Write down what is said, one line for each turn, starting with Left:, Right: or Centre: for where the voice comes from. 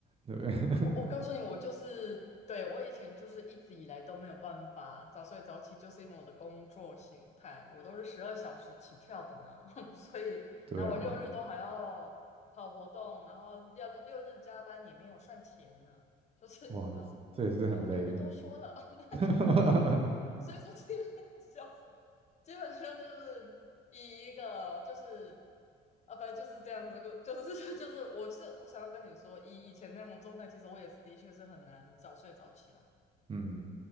Right: 对不对
Left: 我我告诉你，我就是对我以前就是一直以来都没有办法早睡早起，就是因为我的工作形态，我都是十二小时起跳的呢，<laughs> 所以然后我六日都还要跑活动，
Right: <laughs> 对啊，
Left: 然后要是六日加班也没有算钱呢，就是你知道，
Right: 哇，这也是很累。
Left: 所以我就不多说了。<laughs>
Right: <laughs>
Left: 所以说这个 <laughs> 笑基本上就是以一个就是啊，反正就是这样子，就就是 <laughs> 就是我是我想要跟你说，以以前那样的状态，其实我也是的确是很难早睡早起啦。
Right: 嗯，